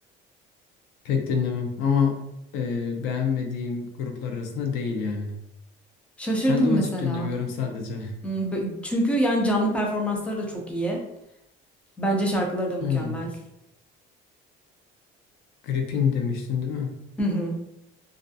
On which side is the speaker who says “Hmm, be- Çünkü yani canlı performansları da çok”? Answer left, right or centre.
Centre